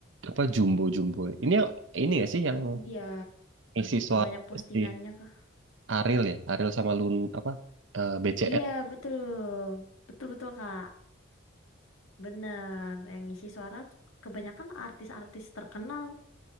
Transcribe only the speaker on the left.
Iya,
banyak postingannya
Kak.
Iya, betul. Betul-betul Kak. Bener, yang ngisi suara tuh kebanyakan artis-artis terkenal.